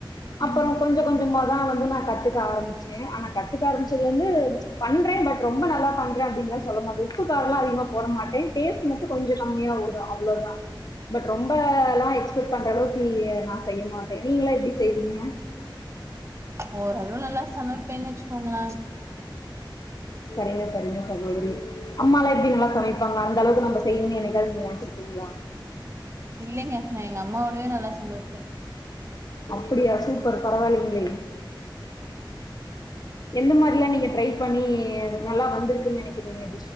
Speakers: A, on the left; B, on the right.
A: அப்பறோ
B: ம்
A: கொஞ்ச கொஞ்சமா தா வந்து நா கத்துக்க ஆரம்மிச்சே ஆனா கத்துக்க ஆரம்மிச்சதுல இருந்து பண்றே பட் ரொம்ப நல்லா பண்றே அப்டின்ல சொல்ல மாட்டே உப்பு காரலா அதிகமா போட மாட்டே டேஸ்ட் டு மட்டு கொஞ்ச கம்மியா வரு அவ்ளோதா பட் ரொம்பலா எக்ஸ்பெக்ட் பண்ற அளவுக்கு ஐய நா செய்ய மாட்டே நீங்களா எப்டி செய்வீங்க
B: ஓரளவு நல்லா சமைப்பேனு வச்சுக்கோங்களே
A: சரிங்க சரிங்க சகோதரி அம்மாலா எப்டி நல்லா சமைப்பாங்ளா அந்த அளவுக்கு நம்ப செய்யணுனு என்னைக்காவ்து நீங்க நெனைச்சிருக்கீங்ளா
B: இல்லைங்க நா எங்க அம்மவோடவே நல்லா சமைப்பே
A: அப்புடியா சூப்பர் பரவால்லைங்ளே எந்த மாரிலா நீங்க ட்ரைப் பண்ணி நல்லா வந்துருக்குன் நெனைக்கிறீங்க